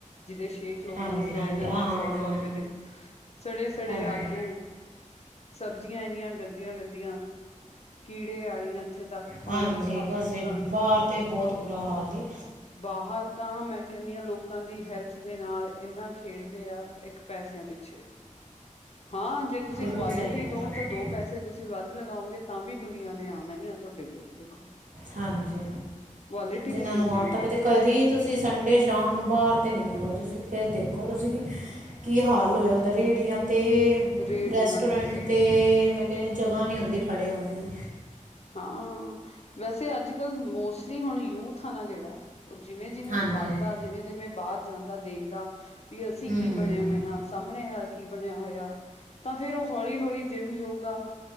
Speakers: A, on the left; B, on the right.
A: ਜਿਹਦੇ ਸ਼ੇਕ ਲੋਕਾਂ
B: ਹਾਂਜੀ
A: ਨੂੰ ਪਿਆਏ
B: ਹਾਂਜੀ
A: ਜਾਂਦੇ
B: ਹਾਂ
A: ਆ ਸੌ- ਸੌ ਰੁਪਏ ਦੇ, ਸੜੇ- ਸੜੇ
B: ਹਾਂਜੀ
A: ਆਲੂ ਸਬਜ਼ੀਆਂ ਐਨੀਆਂ ਗੰਦੀਆਂ- ਗੰਦੀਆਂ। ਕੀੜੇ ਆਲੀਆ ਇੱਥੇ ਤੱਕ ਪਾਨੀ
B: ਹਾਂਜੀ
A: ਸਾਫ
B: ਬਸ
A: ਸੁਥਰਾ
B: ਜੀ
A: ਨੀ।
B: ਬਾਹਰ ਤੇ ਬਹੁਤ ਬੁਰਾ ਹਾਲ ਏ
A: ਬਾਹਰ ਤਾਂ ਮੈਂ ਕਹਿੰਨੀ ਆਂ ਲੋਕਾਂ ਦੀ ਹੈਲਥ ਦੇ ਨਾਲ ਏਨਾ ਖੇਡਦੇ ਆ, ਇੱਕ ਪੈਸਿਆਂ ਪਿੱਛੇ ਹਾਂ ਜੇ ਤੁਸੀਂ
B: ਬਿਲਕੁਲ
A: ਕੁਆਲਿਟੀ
B: ਸਹੀ ਗੱਲ
A: ਦੋ,
B: ਏ
A: ਤਾਂ ਦੋ ਪੈਸੇ ਜੇ ਤੁਸੀਂ ਵੱਧ ਲਗਾਓਗੇ, ਤਾਂ ਵੀ ਦੁਨੀਆਂ ਨੇ ਆਣਾ ਹੀ ਆ ਤੁਹਾਡੇ ਕੋ, ਦੇਖੋ।
B: ਹਾਂਜੀ,
A: ਕੁਆਲਿਟੀ
B: ਜਿਨਾਂ
A: ਦੇਣੀ
B: ਨੂੰ
A: ਚਾਹੀਦੀ
B: ਆਤਾ ਪਈ
A: ਆ
B: ਤੇ ਕਦੀ ਤੁਸੀਂ ਸੰਡੇ ਸ਼ਾਮ ਨੂੰ ਬਾਹਰ ਤੇ ਨਿਕਲੋ ਤੁਸੀਂ, ਫਿਰ ਦੇਖੋਂ ਤੁਸੀਂ ਕੀ ਹਾਲ ਹੋਇਆ ਹੁੰਦਾ
A: ਹੂੰ।
B: ਰੇੜੀਆਂ, 'ਤੇ
A: ਰੇਹੜੀਆਂ
B: ਰੈਸਟੋਰੈਂਟ
A: ਸਹੀ
B: 'ਤੇ ਤੇ ਜਗਾਂ ਨੀਂ ਹੁੰਦੀ, ਖੜੇ ਹੋਣ ਦੀ
A: ਹਾਂ, ਵੈਸੇ ਅੱਜ- ਕੱਲ ਮੋਸਟਲੀ ਹੁਣ ਯੂਥ ਆ ਨਾ ਜਿਹੜਾ ਓ ਜਿਵੇਂ- ਜਿਵੇਂ
B: ਹਾਂਜੀ
A: ਵੱਧਦਾ,
B: ਹਾਂਜੀ
A: ਜਿਵੇਂ- ਜਿਵੇਂ ਬਾਹਰ ਜਾਂਦਾ ਦੇਖਦਾ ਵੀ ਅਸੀਂ
B: ਹੂੰ
A: ਕੀ ਬਣੇ ਹੋਏ ਆ, ਸਾਹਮਣੇ ਵਾਲਾ ਕੀ ਬਣਿਆ ਹੋਇਆ। ਤਾਂ ਫ਼ਿਰ ਉਹ ਹੌਲੀ-ਹੌਲੀ ਜਿਮ, ਯੋਗਾ